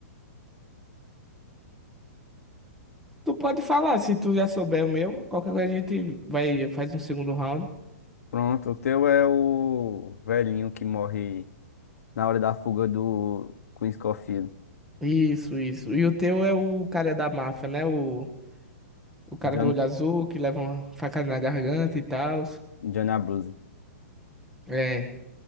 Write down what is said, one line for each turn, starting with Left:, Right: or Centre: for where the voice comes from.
Centre: Tu pode falar, se tu já souber o meu, qualquer coisa a gente vai, faz um segundo round.
Left: Pronto, o teu é o velhinho que morre na hora da fuga do Queen Scofield.
Centre: Isso, isso. E o teu é o cara da máfia, né? O... O cara
Left: John,
Centre: do olho azul que leva uma facada na garganta e tal.
Left: John Abruzzi.
Centre: É,